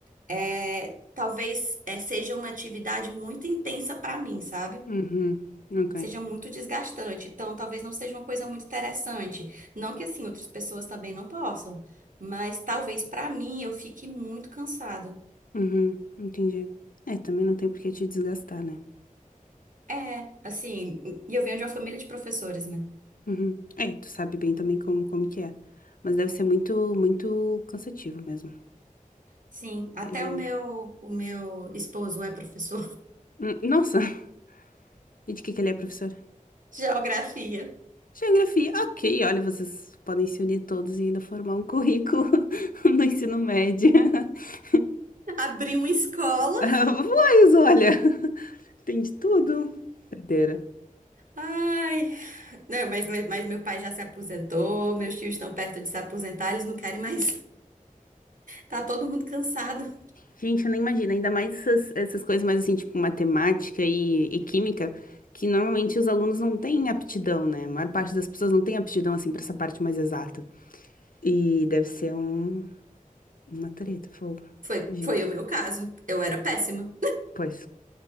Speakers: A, on the right; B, on the left.
A: é, talvez é, seja uma atividade muito intensa para mim, sabe?
B: Uhum. Ok.
A: Seja muito desgastante. Então, talvez não seja uma coisa muito interessante. Não que assim outras pessoas também não possam, mas talvez para mim eu fique muito cansada.
B: Uhum. Entendi. É, também não tem por que te desgastar, né?
A: É, assim, e eu venho de uma família de professores, né?
B: Uhum. É, tu sabe bem também como, como que é. Mas deve ser muito, muito cansativo mesmo.
A: Sim, até
B: E-
A: o meu, o meu esposo é professor
B: Hum, Nossa, <laughs> e de que que ele é professor?
A: <laughs> de geografia.
B: Geografia. Ok, olha, vocês podem se unir todos e ainda formar um currículo <laughs> no ensino médio. <laughs>
A: Abri uma escola.
B: Ah, Pois, olha, tem de tudo. Doideira.
A: Ai, não, mas, mas meu pai já se aposentou, meus tios estão perto de se aposentar, eles não querem mais. Tá todo mundo cansado.
B: Gente, eu nem imagino, ainda mais essas, essas coisas mais assim, tipo matemática e, e química, que normalmente os alunos não têm aptidão, né? A maior parte das pessoas não tem aptidão assim para essa parte mais exata. E deve ser um, uma treta, fogo.
A: Foi,
B: Imagina.
A: foi o meu caso. Eu era péssima.
B: Pois.